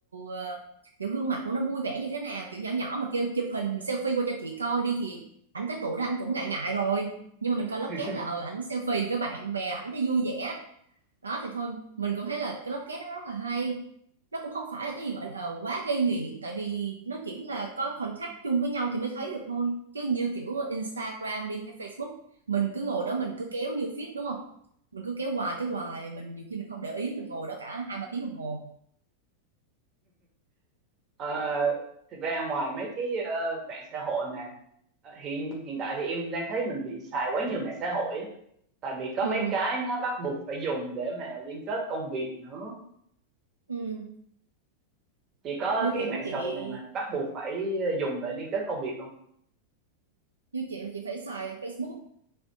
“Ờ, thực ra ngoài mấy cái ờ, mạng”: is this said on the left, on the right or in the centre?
Right